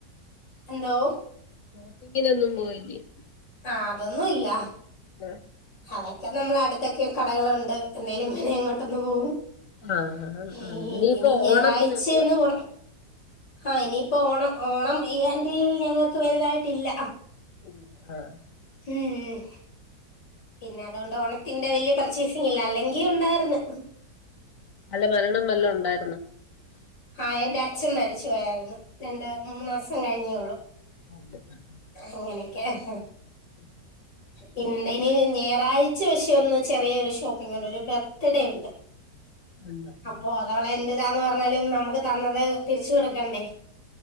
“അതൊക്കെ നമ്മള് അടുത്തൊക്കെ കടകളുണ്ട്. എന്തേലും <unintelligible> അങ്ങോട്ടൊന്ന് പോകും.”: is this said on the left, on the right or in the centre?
Left